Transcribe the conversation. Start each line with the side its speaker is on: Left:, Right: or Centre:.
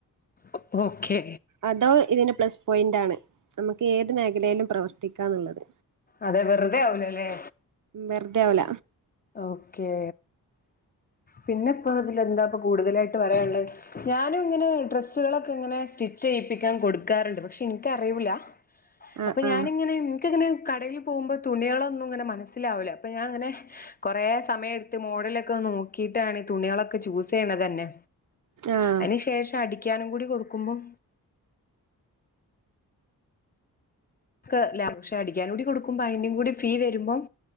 Left: ഓപ്പോക്കെ
Right: അതോ ഇതിനെ പ്ലസ് പോയിന്റാണ്. നമക്ക് ഏത് മേഖലെലും പ്രവർത്തിക്കാന്നുള്ളത്.
Left: അതെ വെറുതെ അവുലെല്ലെ?
Right: വൊറുതെഅവുല.
Left: ഓക്കെ പിന്നെപ്പോതിലെന്താപ്പ കൂടുതലായിട്ട് പറയാള്ളെ. ഞാനു ഇങ്ങനെ ഡ്രസ്സുകളൊക്കെ ഇങ്ങനെ സ്റ്റിച്ച് ചെയ്യിപ്പിക്കാൻ കൊടുക്കാറുണ്ട്. പക്ഷെ എനിക്കറിവൂല്ല.
Right: ആഹ്
Left: അപ്പ
Right: ആഹ്
Left: ഞാനിങ്ങനെ നിനക്ക്ങ്ങനെ കടയില് - പോമ്പോ തുണികളൊന്നും ഇങ്ങനെ മനസ്സിലാവില്ല. അപ്പ ഞാങ്ങനെ കൊറെ സമയം എടുത്ത്. മോഡിലൊക്കെ ഒന്ന് നോക്കിട്ടാണ്. ഈ തുണികളൊക്കെ ചൂസെയ്യണത് തന്നെ.
Right: ആഹ്
Left: അയ്ന് ശേഷം അടിക്ക്യാനും കൂടി കൊടുക്കുമ്പം ക്കെ ലാ പക്ഷെ അടിക്കാനുടി കൊടുക്കുമ്പ അയിനുകൂടി ഫീ വരുമ്പം